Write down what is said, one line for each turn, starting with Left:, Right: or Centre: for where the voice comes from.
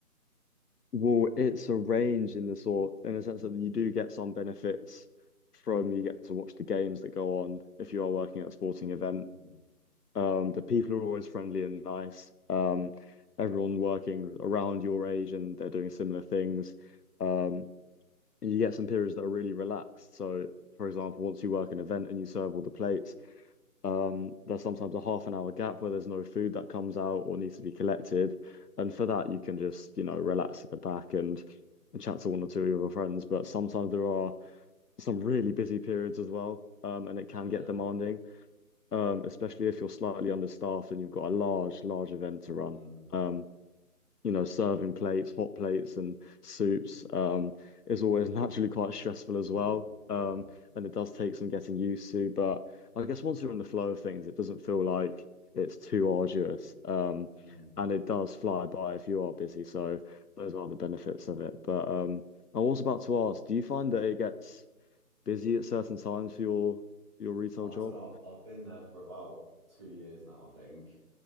Left: Well, it's a range in the sort, in the sense that you do get some benefits from you get to watch the games that go on if you are working at a sporting event.
Right: Mm,
Left: Um, the people are always friendly and nice. Um, everyone working around your age and they're doing similar things. Um, and you get some periods that are really relaxed. So, for example, once you work an event and you serve all the plates, Um, there's sometimes a half an hour gap where there's no food that comes out or needs to be collected. And for that, you can just, you know, relax at the back and, and chat to one or two of your friends. But sometimes there are some really busy periods as well. Um, and it can
Right: yeah
Left: get demanding, um, especially if you're slightly understaffed and you've got a large, large event to run.
Right: mm,
Left: Um, you know, serving plates, hot plates, and soups um, is always <laughs> naturally quite stressful as
Right: mm,
Left: well.
Right: yeah
Left: Um, and it does take some getting used to, but I guess once you're in the flow of things, it doesn't feel like it's too arduous. Um,
Right: mm.
Left: and it does fly by if you are busy. So those are the benefits of it.
Right: mm.
Left: But um, I was about to ask, do you find that it gets busy at certain times for your your retail
Right: I
Left: job?
Right: don't know I've I've been there for about two years now I think